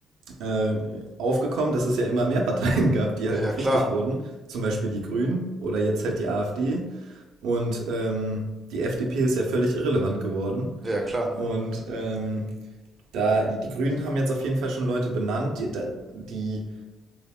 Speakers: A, on the right (about 85°); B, on the right (about 25°).
A: äh, aufgekommen, dass es ja immer mehr Parteien <laughs> gab, die
B: ja,
A: halt
B: ja,
A: auch
B: klar,
A: wichtig wurden. Zum Beispiel die Grünen oder jetzt halt die AfD. Und ähm, die FDP ist ja völlig irrelevant geworden.
B: ja, ja, klar,
A: Und ähm, da, die Grünen haben jetzt auf jeden Fall schon Leute benannt. Die, da, die